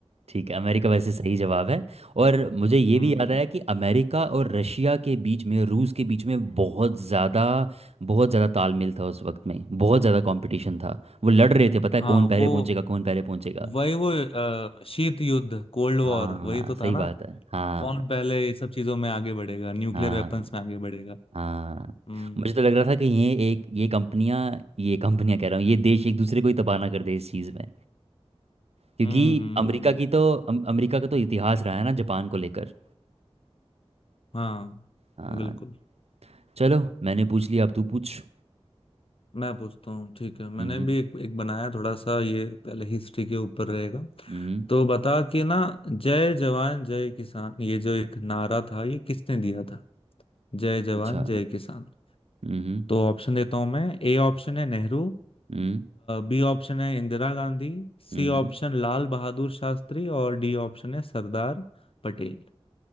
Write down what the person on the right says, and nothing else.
ठीक है अमेरिका वैसे सही जवाब है और मुझे ये
भी याद आया कि अमेरिका और रशिया के बीच में रूस के बीच में बहुत ज़्यादा बहुत ज़्यादा तालमेल था उस वक्त में बहुत ज़्यादा कंपटीशन था वो लड़ रहे थे पता
है कौन पहले
पहुंचेगा कौन पहले पहुंचेगा
हाँ
सही
बात है हाँ
हाँ
हाँ
मुझे तो लग रहा था कि ये एक ये कंपनियां ये कंपनियां कह रहा हूँ ये देश एक दूसरे को ही तबाह ना कर दे इस चीज़ में क्योंकि
अमेरिका की तो अम- अमेरिका का तो इतिहास रहा है ना जापान को लेकर
हाँ
चलो मैंने पूछ लिया अब तू पूछ
हम्म
हम्म
अच्छा
हम्म
हम्म
हम्म